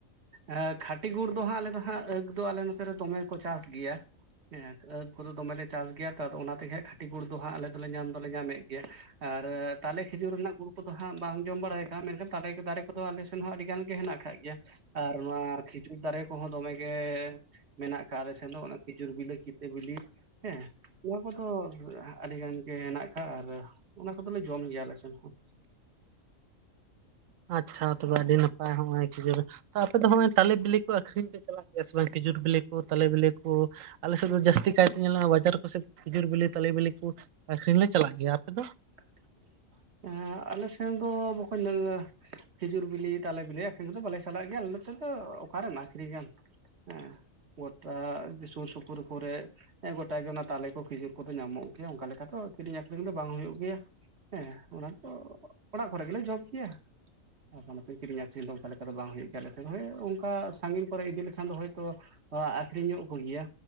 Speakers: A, on the right (about 55°); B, on the right (about 75°).
A: ᱮᱸ ᱠᱷᱟᱹᱴᱤ ᱜᱩᱲ ᱫᱚ ᱦᱟᱸᱜ ᱟᱞᱮ ᱫᱚ ᱦᱟᱸᱜ ᱟᱹᱠᱜ ᱫᱚ ᱟᱞᱮ ᱱᱚᱛᱮ ᱨᱮ ᱫᱚᱢᱮ ᱠᱚ ᱪᱟᱥ ᱜᱮᱭᱟ ᱦᱮᱸ᱾ ᱟᱹᱠᱜ ᱠᱚᱫᱚ ᱫᱚᱢᱮ ᱞᱮ ᱪᱟᱥ ᱜᱮᱭᱟ ᱛᱚ ᱟᱫᱚ ᱚᱱᱟ ᱛᱮᱜᱮ ᱠᱷᱟᱹᱴᱤᱠ ᱜᱩᱲ ᱫᱚ ᱦᱟᱸᱜ ᱟᱞᱮ ᱫᱚᱞᱮ ᱧᱟᱢ ᱫᱚᱞᱮ ᱧᱟᱢᱮᱫ ᱜᱮᱭᱟ᱾ ᱟᱨ ᱛᱟᱞᱮ ᱠᱷᱤᱡᱩᱨ ᱨᱮᱱᱟᱜ ᱜᱩᱲ ᱠᱚᱫᱚ ᱦᱟᱸᱜ ᱵᱟᱝ ᱡᱚᱢ ᱵᱟᱲᱟᱭ ᱠᱟᱱᱟ ᱢᱮᱱᱠᱷᱟᱱ ᱛᱟᱞᱮ ᱫᱟᱨᱮ ᱠᱚᱫᱚ ᱟᱞᱮ ᱥᱮᱱ ᱦᱚᱸ ᱟᱹᱰᱤ ᱜᱟᱱ ᱜᱮ ᱦᱮᱸᱱᱟᱜ ᱠᱟᱫ ᱜᱮᱭᱟ᱾ ᱟᱨ ᱱᱚᱣᱟ ᱠᱷᱤᱡᱩᱨ ᱫᱟᱨᱮ ᱠᱚᱦᱚᱸ ᱫᱚᱢᱮ ᱜᱮ ᱢᱮᱱᱟᱜ ᱠᱟᱜ ᱟᱞᱮ ᱥᱮᱱ ᱫᱚ ᱚᱱᱟ ᱠᱷᱤᱡᱩᱨ ᱵᱤᱞᱤ ᱛᱤ ᱵᱤᱞᱤ ᱦᱮᱸ ᱱᱚᱣᱟ ᱠᱚᱫᱚ ᱟᱹᱰᱤ ᱜᱟᱱ ᱜᱮ ᱦᱮᱸᱱᱟᱜ ᱟᱠᱟᱫ ᱟᱨ ᱚᱱᱟ ᱠᱚᱫᱚᱞᱮ ᱡᱚᱢ ᱜᱮᱭᱟ ᱟᱞᱮ ᱥᱮᱱ ᱦᱚᱸ᱾
B: ᱟᱪᱪᱷᱟ ᱛᱚᱵᱮ ᱟᱹᱰᱤ ᱱᱟᱯᱟᱭ ᱦᱚᱸᱜᱼᱚᱭ ᱠᱷᱤᱡᱩᱨ ᱛᱚ ᱟᱯᱮ ᱫᱚ ᱦᱚᱸᱜᱼᱚᱭ ᱛᱟᱞᱮ ᱵᱤᱞᱤ ᱠᱚ ᱟᱹᱠᱷᱨᱤᱧ ᱯᱮ ᱪᱟᱞᱟᱜ ᱜᱮᱭᱟ ᱥᱮ ᱵᱟᱝ ᱠᱷᱤᱡᱩᱨ ᱵᱤᱞᱤ ᱠᱚ ᱛᱟᱞᱮ ᱵᱤᱞᱤ ᱠᱚ? ᱟᱞᱮᱥᱮᱫ ᱫᱚ ᱡᱟᱹᱥᱛᱤ ᱠᱟᱭᱛᱮ ᱧᱮᱞᱚᱜᱼᱟ ᱵᱟᱡᱟᱨ ᱠᱚᱥᱮᱫ ᱠᱷᱩᱤᱡᱩᱨ ᱵᱮᱞᱤ ᱛᱟᱞᱮ ᱵᱤᱞᱤ ᱠᱚ ᱟᱹᱷᱨᱤᱧ ᱞᱮ ᱪᱟᱞᱟᱜ ᱜᱮᱭᱟ ᱟᱯᱮ ᱫᱚ?
A: <inaudible> ᱮᱸᱜ ᱟᱞᱮ ᱥᱮᱱ ᱫᱚ <unintelligible> ᱞᱟᱹᱭᱟ ᱠᱷᱤᱡᱩᱨ ᱵᱤᱞᱤ ᱛᱟᱞᱮ ᱵᱤᱞᱤ ᱟᱠᱷᱨᱤᱧ ᱠᱚᱫᱚ ᱵᱟᱞᱮ ᱪᱟᱞᱟᱜ ᱜᱮᱭᱟ ᱟᱞᱮ ᱱᱚᱛᱮ ᱫᱚ ᱚᱠᱟᱨᱮᱢ ᱟᱠᱷᱨᱤᱧᱟ᱾ ᱦᱮᱸ ᱜᱚᱴᱟ ᱥᱩᱨ ᱥᱩᱯᱩᱨ ᱠᱚᱨᱮᱜ ᱦᱮᱸ ᱜᱚᱴᱟ ᱜᱮ ᱚᱱᱟ ᱛᱟᱞᱮ ᱠᱚ ᱠᱷᱤᱡᱩᱨ ᱠᱚᱫᱚ ᱧᱟᱢᱚᱜ ᱜᱮᱭᱟ ᱚᱱᱠᱟ ᱞᱮᱠᱟ ᱫᱚ ᱠᱤᱨᱤᱧ ᱟᱠᱷᱨᱤᱧ ᱫᱚ ᱵᱟᱝ ᱦᱩᱭᱩᱜ ᱜᱮᱭᱟ᱾ ᱦᱮᱸ ᱚᱱᱟ ᱫᱚ ᱚᱲᱟᱜ ᱠᱚᱨᱮ ᱜᱮᱞᱮ ᱡᱚᱢ ᱠᱮᱭᱟ᱾ ᱟᱯᱟᱱ ᱟᱯᱤᱱ ᱠᱤᱨᱤᱧ ᱟᱹᱠᱷᱨᱤᱧ ᱫᱚ ᱚᱱᱠᱟ ᱞᱮᱠᱟ ᱫᱚ ᱵᱟᱝ ᱦᱩᱭᱩᱜ ᱜᱮᱭᱟ ᱟᱞᱮᱥᱮᱱ ᱦᱳᱭ ᱚᱱᱠᱟ ᱥᱟᱺᱜᱤᱧ ᱠᱚᱨᱮ ᱤᱫᱤ ᱞᱮᱠᱷᱟᱱ ᱫᱚ ᱦᱳᱭᱛᱳ ᱟᱜ ᱟᱠᱷᱨᱤᱧ ᱧᱚᱜ ᱠᱚᱜᱮᱭᱟ